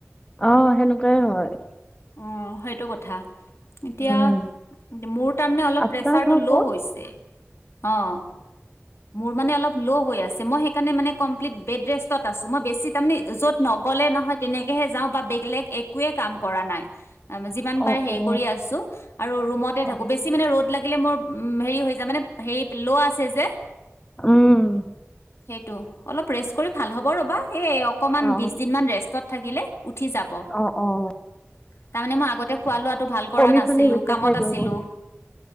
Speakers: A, on the left; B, on the left.
A: আহ সেনেকুৱাই হয়।
B: অ সেইটো কথা এতিয়া
A: উম
B: মোৰ তাৰমানে অলপ
A: আপোনাৰ
B: প্ৰেচাৰটো
A: ঘৰ
B: ল'
A: ক'ত
B: হৈছে অ। মোৰ মানে আলপ ল হৈছে মই সেই কাৰণে মানে কমপিলিট বেটৰেছত আছো মই বেছি তাৰ মানে য়ত নগলে নহয় তেনেকেহে যাও বেলেগ একোৱেই কাম কৰা নাই। যিমান
A: অ
B: পাৰে হেৰি
A: অ
B: কৰি আছো আৰু ৰুমতে
A: অ
B: থাকো বেছি মানে ৰ'দ লাগ ল মোৰ উ হেৰি হৈ যা মানে হে ল আছে যে
A: উম
B: সেইটো অলপ ৰেষ্ট কৰি ভাল হ'ব ৰ'বা এ অকনমান
A: অ
B: বিশ দিন মান ৰেষ্ট তাত থাকিলে উঠিয়াব
A: অ অ অ
B: তাৰ মানে আগতে খোৱা লোৱাটো ভাল কৰা
A: কণী
B: নাছিলো
A: চনী বেছি
B: কামত
A: খাই যাব।
B: আছিলো